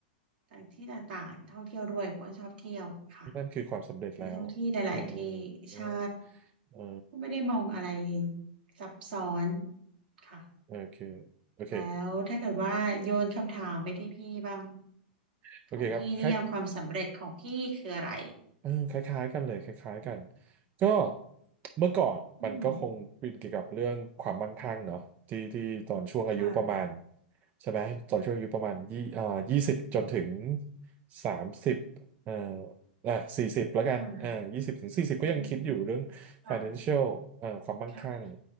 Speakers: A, on the right (about 70°); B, on the right (about 35°).
A: ต่างที่ต่างๆท่องเที่ยวด้วยเพราะว่าชอบเที่ยวค่ะ
B: นั่นคือความสำเร็จแล้วเออ
A: ได้ท่องที่หลายๆที่
B: เออ
A: ใช่
B: เออ
A: ไม่ได้มองอะไรซับซ้อนค่ะ
B: โอเคโอเค
A: แล้วถ้าเกิดว่าโยนคำถามไปที่พี่บ้าง
B: โอเคครับคล้าย
A: ของพี่นิยามความสำเร็จของพี่คืออะไร
B: เออคล้ายๆกันเลยคล้ายๆกันก็เมื่อก่อนมันก็คงเป็นเกี่ยวกับเรื่องความมั่งคั่งเนาะที่ที่ตอนช่วงอายุประมาณ
A: อืมค่ะ
B: ใช่ไหมตอนช่วงอายุประมาณยี่อ่ายี่สิบจนถึงสามสิบเอ่ออ่ะสี่สิบแล้วกันอ่ายี่สิบถึงสี่สิบก็ยังคิดอยู่เรื่อง
A: ค่ะอืมค่ะ
B: financial เอ่อความมั่งคั่ง
A: ค่ะ